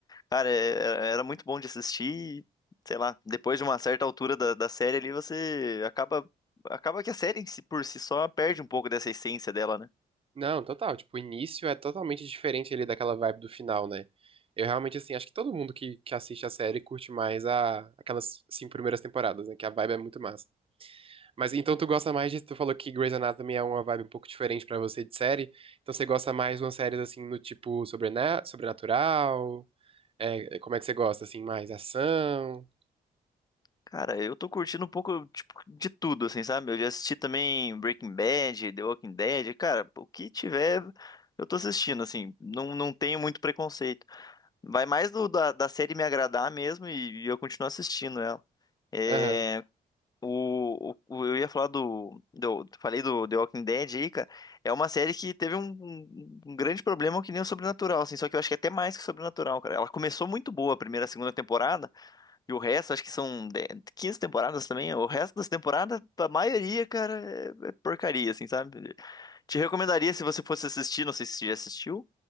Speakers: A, on the left; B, on the right.
A: Cara, é- é- era muito bom de assistir, e, sei lá, depois de uma certa altura da, da série ali, você acaba, acaba que a série em si- por si só perde um pouco dessa essência dela, né?
B: Não, total. Tipo, o início é totalmente diferente ali daquela vibe do final, né? Eu realmente, assim, acho que todo mundo que, que assiste a série curte mais a, aquelas cinco primeiras temporadas, né? Que a vibe é muito massa. Mas então tu gosta mais de. Tu falou que Grey's Anatomy é uma vibe um pouco diferente pra você de série. Então você gosta mais de umas séries assim no tipo sobrena- sobrenatural? É, é, como é que você gosta? Assim, mais ação?
A: Cara, eu tô curtindo um pouco, tipo, de tudo, assim, sabe? Eu já assisti também Breaking Bad, The Walking Dead, cara, o que tiver, eu tô assistindo, assim, não, não tenho muito preconceito. Vai mais do, da, da série me agradar mesmo e, e eu continuo assistindo ela. É,
B: Aham.
A: o, o- eu ia falar do, do, falei do The Walking Dead aí, cara, é uma série que teve um, um- um grande problema que nem o Sobrenatural, assim, só que eu acho que é até mais que o Sobrenatural, cara. Ela começou muito boa a primeira, a segunda temporada, e o resto, acho que são de- 15 temporadas também. O resto das temporadas, a maioria, cara, é é porcaria, assim, sabe? Te recomendaria se você fosse assistir, não sei se você já assistiu,